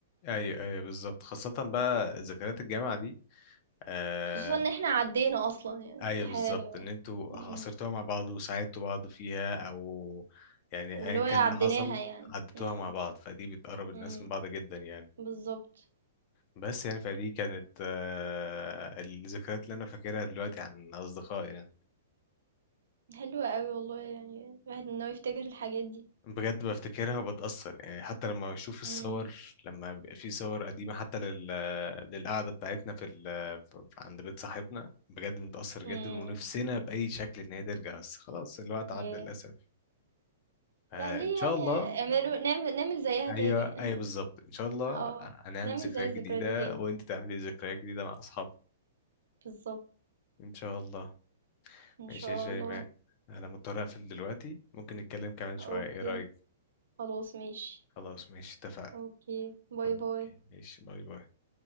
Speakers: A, on the left; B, on the right.
A: ايوه ايوه بالظبط خاصة بقى ذكريات الجامعة دي آه
B: خصوصا ان احنا عدينا اصلا يعني
A: ايوه
B: دي حاجة
A: بالظبط ان انتوا
B: مم.
A: عاصرتوها مع بعض وساعدتوا بعض فيها او يعني
B: واللي
A: ايا
B: هو
A: كان
B: عديناها
A: اللي حصل
B: يعني
A: عدتوها
B: مم.
A: مع بعض فدي بتقرب الناس
B: مم.
A: من بعض جدا يعني
B: بالظبط
A: بس يعني فدي كانت آه الذكريات اللي انا فاكرها دلوقتي عن اصدقائي يعني
B: حلوة قوي والله يعني الواحد ان هو يفتكر الحاجات دي
A: بجد بفتكرها وبتأثر يعني حتى لما بشوف الصور
B: مم.
A: لما بيبقى في صور قديمة حتى لل... للقعدة بتاعتنا في ال... في- عند بيت صاحبنا بجد متأثر جدا
B: مم.
A: ونفسنا بأي شكل إن هي ترجع بس خلاص الوقت عدى
B: ياه.
A: للأسف آه
B: لا ليه
A: ان شاء
B: يعني
A: الله
B: اعملوا نعمل نعمل زيها
A: ايوه
B: تاني
A: ايوه
B: <laughs>
A: بالظبط ان شاء الله
B: اه
A: هنعمل
B: نعمل
A: ذكريات
B: زي الذكرى
A: جديده
B: دي تاني
A: وانت تعملي ذكريات جديده مع اصحابك
B: بالظبط
A: ان شاء الله
B: ان
A: ماشي
B: شاء
A: يا شيماء
B: الله
A: انا مضطر اقفل دلوقتي ممكن نتكلم كمان شويه
B: اوكي
A: ايه رايك
B: خلاص ماشي
A: خلاص ماشي اتفقنا
B: أوكي، باي
A: اوكي
B: باي.
A: ماشي باي باي